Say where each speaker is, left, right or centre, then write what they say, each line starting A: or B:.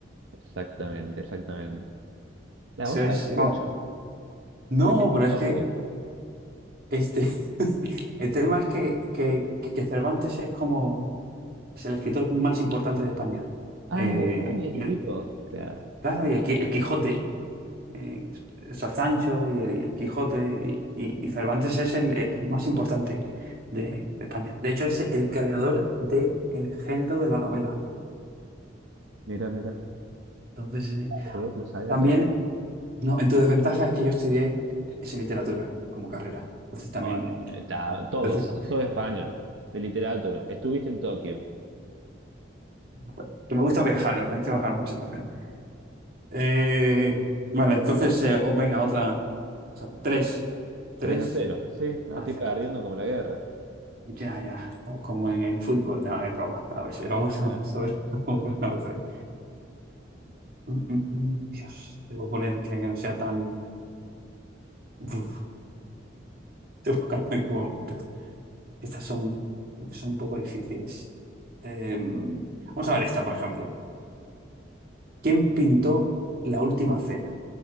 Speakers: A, on the right; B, on the right.
A: Exactamente, exactamente. La
B: Eso
A: vos
B: es.
A: sabés mucho.
B: No, no,
A: Estuviste en
B: pero
A: Tokio.
B: es que este, <laughs> el tema es que, que, que Cervantes es como es el escritor más importante de España.
A: Ah,
B: Eh,
A: es de, ah, mira, ese
B: y,
A: tipo. Claro,
B: claro, y el, Qui- el Quijote. eh, está Sancho y el, el Quijote, y, y Cervantes es el, eh, el más importante de, de España. De hecho, es el creador del género de la novela.
A: mira, mira.
B: Entonces, eh,
A: Por otro lo sabía
B: también,
A: todo.
B: no, en tu desventaja es que yo estudié eh, es literatura como carrera. Entonces, también,
A: Bueno, está, todo,
B: entonces,
A: sos español, de literatura. Estuviste en Tokio,
B: <laughs> que me gusta viajar, me gusta viajar mucho también. Eh, vale, entonces, eh, o- venga, otra, o sea, tres, tres,
A: tres a cero Sí, no,
B: hacer.
A: estoy perdiendo como la guerra.
B: Ya, ya, o como en el fútbol, no, es broma, a veces
A: <laughs>
B: vamos a saber <laughs> cómo pronunciar. Dios, debo poner, creo que no sea tan... Uf, estoy buscando en qué momento. Estas son, son un poco difíciles. Em, vamos a ver esta, por ejemplo. ¿Quién pintó la última cena?